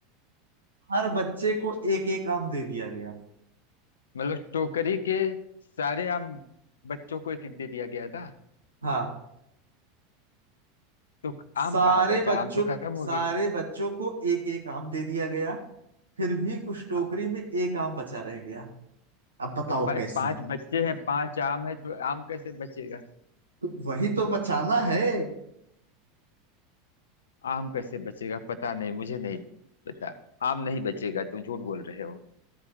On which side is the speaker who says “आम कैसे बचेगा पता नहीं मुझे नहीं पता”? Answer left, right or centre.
Left